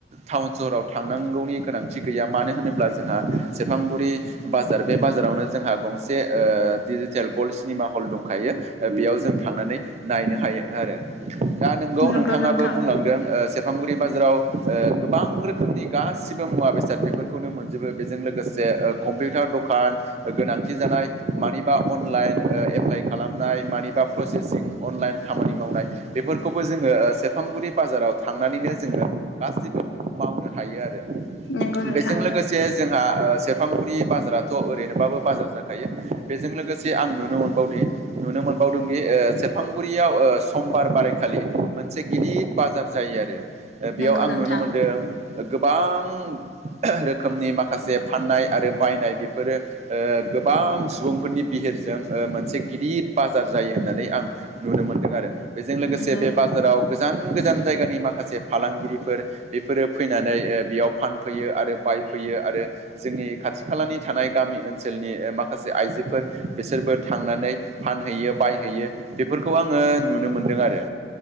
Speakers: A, on the right (about 40°); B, on the left (about 85°).
A: टाउन सहराव थांनांगौनि गोनांथि गैया मानो होनोब्ला। जोंहा सेरफांगुरि बाजार बे बाजारावनो जोंहा गंसे ओ डिजिटेल गल्ड सिनेमा हल। हल दंखायो बेयाव जों थांनानै नायनो हायो आरो दा नोंगौ
B: नंगौ
A: नोंथाङाबो
B: नोंथां
A: बुंलांदों ओ सेरफांगुरि बाजाराव ओ गोबां रोखोमनि गासिबो मुवा बेसाद बेफोरखौनो मोनजोबो बेजों लोगोसे ओ कम्पिउटार दखान गोनांथि जानाय मानिबा अनलाइन ओ एप्लाइ खालामनाय मानिबा प्रसेसिं अनलाइन खामानि मावनाय बे बेफोरखौबो ओ जोङो सेरफांगुरि बाजाराव थांनानैनो जोङो गासिबो मावनो हायो आरो।
B: नंगौ नोंथां
A: बेजों लोगोसे। जोंहा ओ सेरफांगुरि बाजाराथ' ओरैनोबाबो बाजार जाखायो बेजों लोगोसे आं नुनो मोनबावदो नुनो मोनावदों दि ओ सेरफांगुरियाव ओ समबार बारायखालि मोनसे गिदिर बाजार जायो आरो ओ बेयाव
B: नंगौ
A: आं
B: नोंथां
A: नुनो मोनदों गोबां रोखोमनि माख माखासे फाननाय आरो बायनाय बेफोरो ओ गोबां सुबुंफोरनि बिहिरजों ओ मोनसे गिदिर बाजार जायो होननानै आं नुनो मोनदों आरो बेजों लोगोसे
B: नंगौ
A: बे बाजाराव गोजान गोजान जायगानि माखासे फालांगिरिफोर बेफोरो फैनानै ओ बेयाव फानफैयो आरो बाय फैयो आरो जोंनि खाथि खालानि थानाय गामि ओनसोलनि ओ माखासे आइजोफोर बिसोरबो थांनानै फानहैयो बायहैयो बेफोरखौ आङो नुनो मोनदों आरो